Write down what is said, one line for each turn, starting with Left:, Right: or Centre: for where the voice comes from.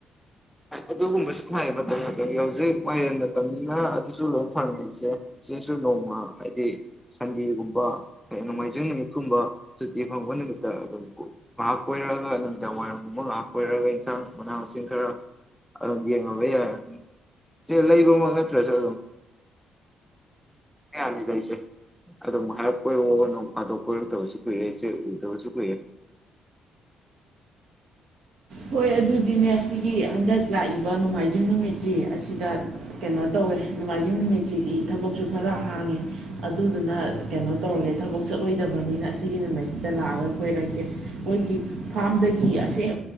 Centre: ꯑꯗꯨꯒꯨꯝꯕꯁꯨ ꯊꯥꯏ ꯃꯇꯝ ꯃꯇꯝꯒꯤ ꯍꯧꯖꯤꯛ ꯃꯥꯂꯦꯝꯦꯟ ꯃꯇꯝꯅ ꯑꯗꯨꯁꯨ ꯂꯣꯏꯝ ꯐꯪꯉꯤꯆꯦ ꯁꯤꯆꯁꯨ ꯅꯣꯡꯃ ꯍꯥꯏꯗꯤ ꯁꯟꯗꯦꯒꯨꯝꯕ ꯍꯥꯏꯗꯤ ꯅꯣꯡꯃꯥꯏꯖꯤꯡ ꯅꯨꯃꯤꯠꯀꯨꯝꯕ ꯁꯨꯇꯤ ꯐꯪꯕ ꯅꯨꯃꯤꯠꯇ ꯑꯗꯨꯝ ꯉꯥꯏꯍꯥꯛ ꯀꯣꯏꯔꯛꯑꯒ ꯅꯨꯃꯤꯗꯥꯡ ꯋꯥꯏꯔꯝꯒꯨꯝꯕ ꯉꯥꯏꯍꯥꯛ ꯀꯣꯏꯔꯛꯒ ꯏꯟꯁꯥꯡ ꯃꯅꯥ ꯃꯁꯤꯡ ꯈꯔ ꯑꯗꯨ ꯌꯦꯉ ꯁꯤ ꯂꯩꯕ ꯄ꯭ꯔꯦꯁ ꯌꯥꯅꯤ ꯂꯩꯁꯦ ꯑꯗꯨꯝ ꯍꯥꯏꯞ ꯀꯣꯏꯔꯣꯛꯒꯅꯨ ꯑꯗ ꯀꯣꯏꯔꯛꯇꯕꯁꯨ ꯀꯨꯏꯔꯦ ꯏꯆꯦ ꯎꯗꯕꯁꯨ ꯀꯨꯏꯔꯦ
Right: ꯍꯣꯏ ꯑꯗꯨꯗꯤꯅꯦ ꯁꯤ ꯍꯟꯗꯛ ꯂꯥꯛꯏꯕ ꯅꯣꯡꯃꯥꯏꯖꯤꯡ ꯅꯨꯃꯤꯠꯁꯤ ꯑꯁꯤꯗ ꯀꯩꯅꯣ ꯇꯧꯋꯦ ꯅꯣꯡꯃꯥꯏꯖꯤꯡ ꯅꯨꯃꯤꯠꯁꯤꯗꯤ ꯊꯕꯛꯁꯨ ꯈꯔ ꯍꯥꯡꯉꯦ ꯑꯗꯨꯗꯨꯅ ꯀꯩꯅꯣ ꯇꯧꯔꯒꯦ ꯊꯕꯛ ꯆꯠꯂꯣꯏꯗꯕꯅꯤꯅ ꯑꯁꯤꯒꯤ ꯅꯨꯃꯤꯠꯁꯤꯗ ꯂꯥꯛꯑꯒ ꯀꯣꯏꯔꯛꯀꯦ ꯃꯣꯏꯒꯤ ꯐꯥꯝꯗꯒꯤ ꯑꯁꯦꯡ